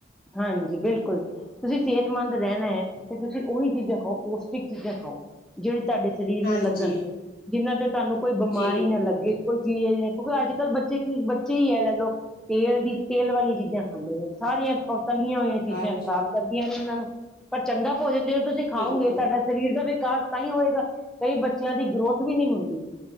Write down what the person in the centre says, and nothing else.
ਹਾਂਜੀ, ਬਿਲਕੁਲ ਤੁਸੀਂ ਸਿਹਤਮੰਦ ਰਹਿਣਾ ਹੈ ਤੇ ਤੁਸੀਂ ਉਹੀ ਚੀਜ਼ਾਂ ਖਾਓ ਪੋਸ਼ਟਿਕ ਚੀਜ਼ਾਂ ਖਾਓ। ਜਿਹੜੇ ਤੁਹਾਡੇ ਸਰੀਰ
ਨੂੰ ਲੱਗਣ ਜਿਹਨਾਂ ਤੇ ਤੁਹਾਨੂੰ ਕੋਈ ਬਿਮਾਰੀ
ਨਾ ਲੱਗੇ, ਕੋਈ ਚੀਜ਼ ਹੈ ਕਿਉਂਕਿ ਅੱਜ-ਕੱਲ੍ਹ ਬੱਚੇ ਕੀ ਬੱਚੇ ਹੀ ਹੈ ਲੈ ਲਓ ਤੇਲ ਦੀ ਤੇਲ ਵਾਲੀਆਂ ਚੀਜ਼ਾਂ ਖਾਂਦੇ ਨੇ ਸਾਰੀਆਂ, ਲੀਆਂ ਹੋਈਆਂ ਚੀਜ਼ਾਂ
ਖਰਾਬ ਕਰਦੀਆਂ ਨੇ ਉਹਨਾਂ ਨੂੰ ਪਰ ਚੰਗਾ ਭੋਜਨ ਜਦੋਂ ਤੁਸੀਂ ਖਾਓਗੇ
ਤੁਹਾਡਾ ਸਰੀਰ ਦਾ ਵਿਕਾਸ ਤਾਂ ਹੀ ਹੋਏਗਾ ਕਈ ਬੱਚਿਆਂ ਦੀ ਗਰੋਥ ਵੀ ਨਹੀਂ ਹੁੰਦੀ